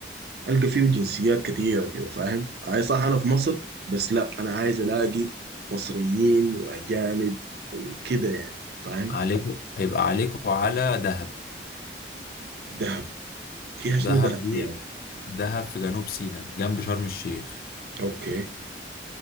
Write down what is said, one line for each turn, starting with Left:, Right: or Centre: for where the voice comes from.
Right: القى فيه جنسيات كتيره كده فاهم اي صح انا في مصر بس لا انا عايز الاقي مصريين واجانب وكده يعني فاهم
Left: عليكوا يبقى عليكوا على دهب
Right: دهب فيها شنو
Left: دهب
Right: دهب دي
Left: دي
Right: يعني
Left: دهب في جنوب سيناء جنب شرم الشيخ
Right: اوكي